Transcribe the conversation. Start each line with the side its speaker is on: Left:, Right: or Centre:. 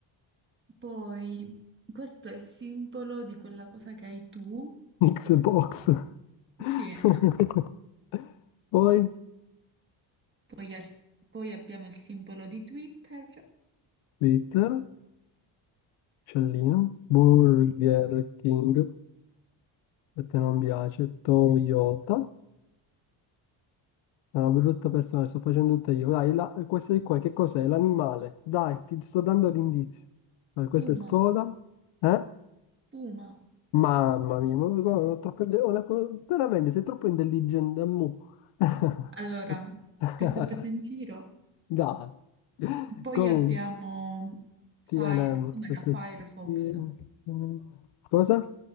Right: Poi, questo è il simbolo di quella cosa che hai tu.
Left: Xbox. <laughs>
Right: Sì.
Left: Poi
Right: Poi, al- poi abbiamo il simbolo di Twitter.
Left: Twitter, Cellino, Burger King, a te non piace, Toyota. È una brutta persona, sto facendo tutte io. Dai, la, questa di qua, che cos'è? L'animale. Dai, ti sto dando l'indizio. Dai, questa
Right: Puma,
Left: è Skoda. Eh?
Right: Puma.
Left: Mamma mia, ma guarda, ho troppe ide- ho una co- veramente sei troppo intelligente, ammu. <laughs>
Right: Allora, questo è preso in giro.
Left: Dai.
Right: Poi
Left: Comunque,
Right: abbiamo Fire,
Left: TNM,
Right: com'era?
Left: questo
Right: Firefox.
Left: è TNM. Cosa?